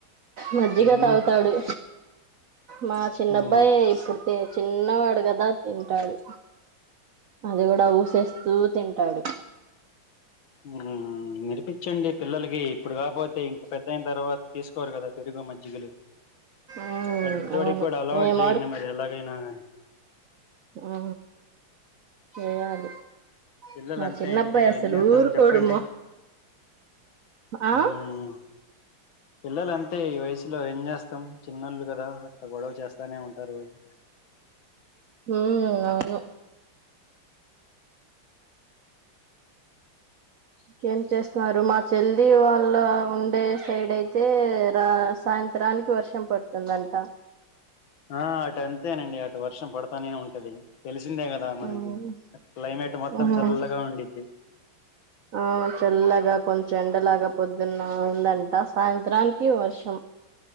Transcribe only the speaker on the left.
ఉమ్
ఉమ్
మ్మ్ నేర్పిపించండి పిల్లలకి ఇప్పుడు కాపోతే ఇంకా పెద్దయిన తర్వాత తీసుకోరు కదా పెరుగు మజ్జిగలు
పెద్ద్దోడికి
కూడా అలవాటు
చేయండి మరి ఎలాగైనా గానీ
పిల్లలు
అంతే
అండి
ఏం చేద్దాం
చెప్పండి
మ్ పిల్లలు అంతే ఈ వయసులో ఏం చేస్తా మొత్తం చిన్నోళ్ళు కదా అట్లా గొడవ చేస్తానే ఉంటారు వోళ్ళు
ఆ అటు అంతేనండి అటు వర్షం పడతానే ఉంటది. తెలిసి వచ్చిందే కదా మనకి
అ క్లైమేట్ మొత్తం
చల్లగా ఉండిద్ది